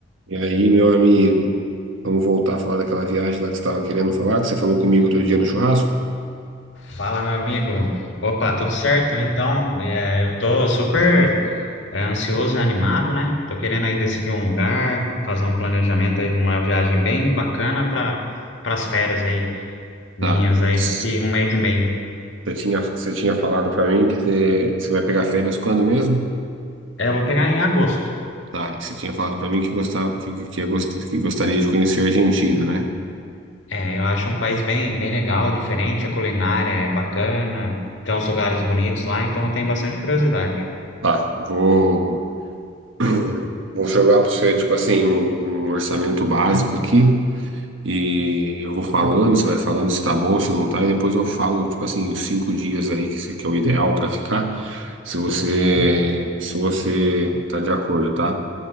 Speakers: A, on the right (about 80°); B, on the left (about 70°).
A: E aí, meu amigo, vamos voltar a falar daquela viagem lá que você estava querendo falar, que você falou comigo outro dia no churrasco?
B: Fala, meu amigo. Opa, tudo certo? Então, é, eu tô super é, ansioso e animado, né? Tô querendo aí decidir um lugar, fazer um planejamento aí de uma viagem bem bacana para as férias aí minhas
A: Tá.
B: aí
A: Você
B: daqui um mês e meio.
A: tinha, você tinha falado pra mim que você, que você vai pegar férias quando mesmo?
B: É, eu vou pegar em agosto.
A: Tá. E você tinha falado pra mim que gostava, que, que, que ia gost- que gostaria de conhecer a Argentina, né?
B: É, eu acho um país bem bem legal, diferente, a culinária é bacana, tem uns lugares bonitos lá, então eu tenho bastante curiosidade.
A: Tá. Vou, <clears throat> vou jogar pra você, tipo assim, um, um orçamento básico aqui. E eu vou falando, você vai falando se tá bom, se não tá, e depois eu falo, tipo assim, os cinco dias aí que você que é o ideal pra ficar, se você se você tá de acordo, tá?